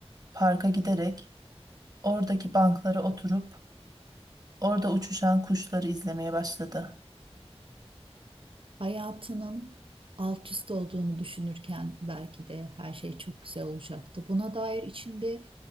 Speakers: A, on the right; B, on the right.
A: parka giderek oradaki banklara oturup orada uçuşan kuşları izlemeye başladı.
B: hayatının alt üst olduğunu düşünürken belki de her şey çok güzel olacaktı. Buna dair içinde